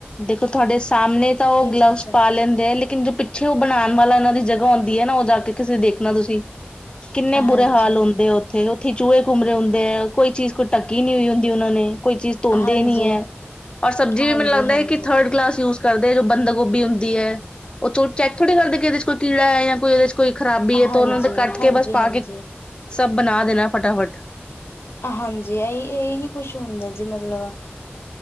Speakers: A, on the left; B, on the left.
A: ਦੇਖੋ, ਤੁਹਾਡੇ ਸਾਹਮਣੇ ਤਾਂ ਉਹ ਗਲਵਸ
B: ਚੀਜ਼ਾਂ
A: ਪਾ ਲੈਂਦੇ ਆ ਲੇਕਿਨ ਜੋ ਪਿੱਛੇ ਉਹ ਬਣਾਉਣ ਵਾਲਾ, ਇਹਨਾਂ ਦੀ ਜਗ੍ਹਾ ਆਉਂਦੀ ਹੈ, ਨਾ ਉਹ ਜਾ ਕੇ ਕਿਸੇ ਦੇਖਣਾ ਤੁਸੀਂ ਕਿੰਨੇ
B: ਹਾਂਜੀ।
A: ਬੁਰੇ ਹਾਲ ਹੁੰਦੇ ਉੱਥੇ ਉੱਥੇ ਈ ਚੂਹੇ ਘੁੰਮ ਰਹੇ ਹੁੰਦੇ ਹੈ, ਕੋਈ ਚੀਜ਼ ਕੋਈ ਢੱਕੀ ਨਹੀਂ ਹੁੰਦੀ ਉਹਨਾਂ ਨੇ ਕੋਈ ਚੀਜ਼ ਧੋਂਦੇ
B: ਹਾਂਜੀ
A: ਨੀ ਹੈ,
B: ਹਾਂਜੀ
A: ਔਰ ਸਬਜ਼ੀ
B: ਹਾਂਜੀ
A: ਵੀ ਮੈਨੂੰ ਲੱਗਦਾ
B: ਹਾਂਜੀ
A: ਕਿ ਥਰਡ ਕਲਾਸ ਯੂਜ ਕਰਦੇ ਐ, ਜੋ ਬੰਦ ਗੋਭੀ ਹੁੰਦੀ ਹੈ, ਉਹ ਚੈੱਕ ਥੜੀ ਕਰਦੇ ਕਿ ਇਹਦੇ ਚ ਕੋਈ ਕੀੜਾ ਹੈ ਜਾਂ ਕੋਈ ਉਹਦੇ ਕੋਈ ਖ਼ਰਾਬੀ
B: ਹਾਂਜੀ
A: ਹੈ, ਤੇ ਉਹਨਾਂ ਤੇ ਕੱਟ ਕੇ ਬਸ ਪਾ
B: ਹਾਂਜੀ।
A: ਕੇ ਸਭ ਬਣਾ ਦੇਣਾ ਫਟਾਫਟ
B: ਹਾਂਜੀ, ਇ ਇਹੀ ਕੁਛ ਹੁੰਦਾ ਜੀ ਮਤਲਬ